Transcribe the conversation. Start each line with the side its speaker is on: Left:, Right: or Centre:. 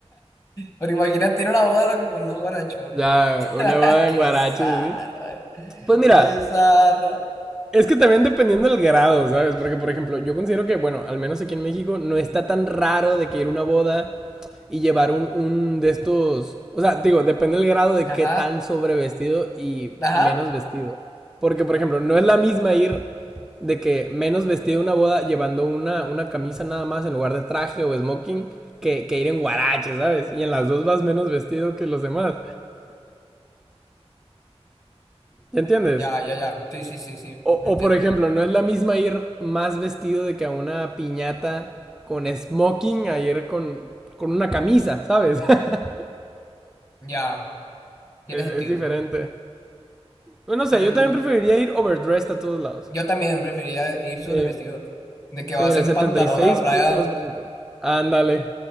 Left: Pero imagínate ir a una boda loco, con unos guarachones.
Centre: Ya,
Left: <laughs>
Centre: una boda
Left: Qué
Centre: en guaraches,
Left: zarra.
Centre: ¿sí? Pues mira,
Left: Qué zarra.
Centre: Es que también dependiendo del grado, ¿sabes? Porque, por ejemplo, yo considero que, bueno, al menos aquí en México no está tan raro de que ir a una boda y llevar un, un de estos... O sea, digo, depende del grado de
Left: Ajá,
Centre: qué tan sobrevestido y
Left: ajá.
Centre: menos vestido. Porque, por ejemplo, no es la misma ir de que menos vestido a una boda llevando una, una camisa nada más en lugar de traje o smoking que, que ir en guarache, ¿sabes? Y en las dos vas menos vestido que los demás. ¿Ya entiendes?
Left: Ya, ya, ya. Sí, sí, sí, sí.
Centre: O,
Left: Lo entiendo.
Centre: o, por ejemplo, no es la misma ir más vestido de que a una piñata con smoking a ir con, con una camisa, ¿sabes? <laughs>
Left: Ya, tiene
Centre: es,
Left: sentido.
Centre: es, diferente. Bueno, no
Left: Mm,
Centre: sé, yo también preferiría ir overdressed a todos lados.
Left: yo también preferiría ir sobre
Centre: Sí,
Left: vestido. De que
Centre: sí
Left: vas
Centre: mira,
Left: en
Centre: el setenta
Left: pantalón
Centre: y seis
Left: a la playa.
Centre: punto dos por ciento. Ándale,